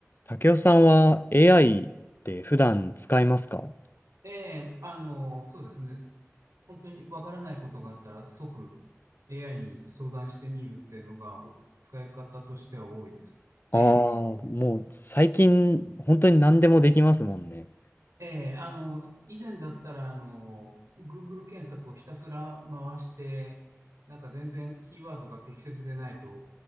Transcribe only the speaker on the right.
ええ、あの、そうですね。本当にわからないことがあったら即 AI に相談してみるっていうのがお使い方としては多いです。
え
ええ、あの、以前だったら、あの、Google 検索をひたすら回して、なんか全然キーワードが適切でないと、